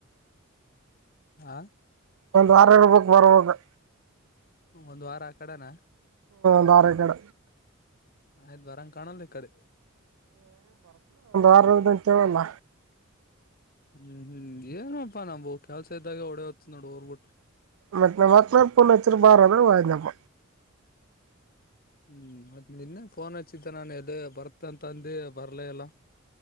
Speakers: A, on the left; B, on the right.
A: ಹ.
B: ಒಂದು ವಾರ ಇರ್ಬೇಕು ಬರ್ಬೇಕು.
A: ಒಂದ್ ವಾರ ಆ ಕಡೆನಾ.
B: ದಧಾರಗಢ.
A: ಆಯ್ತ್ ಬರಂಗ ಕಾಣಲ್ಲ ಈ ಕಡೆ
B: ಾರದಂತ ಹೇಳಲ್ಲ.
A: ಹ್ಮ್ ಹ್ಮ್ ಏನಪ್ಪಾ ನಾ ಕೆಲ್ಸ ಇದ್ದಾಗ ಡೆ ಹೊತ್ತ ನೋಡು ೋಗರ್ಬಿಟ್ರೆ.
B: ಮತ್ತ ಮನಾ ಪನತ್ತ ಬಾರ ವಪ್ಪ.
A: ಹ್ಮ್ ಮ ನಿನ್ನೆ ಫೋನ್ ಹಚ್ಚಿದ್ದೆ ನನ್ು ಎದ ಬರ್ತ ಅಂತ ಅಂದ ಬರ್ಲ ಎಲ್ಲ.